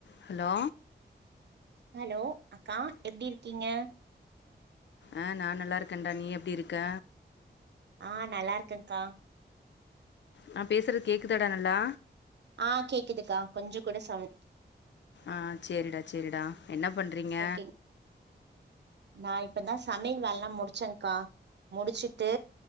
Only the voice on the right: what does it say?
hello அக்கா எப்பிடி இருக்கீங்க
ஆ நல்லா இருக்கங்கா
ஆ கேக்குதுக்கா கொஞ்ச கூட சவுண்
ஓகே நா இப்பதா சமையல் வேலல்லா முடிச்சேன்கா முடிச்சி ட்டு